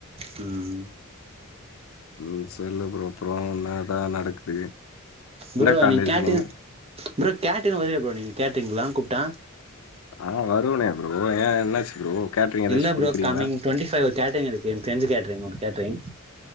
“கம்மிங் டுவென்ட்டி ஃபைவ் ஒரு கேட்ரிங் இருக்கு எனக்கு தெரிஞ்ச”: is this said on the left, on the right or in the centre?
Right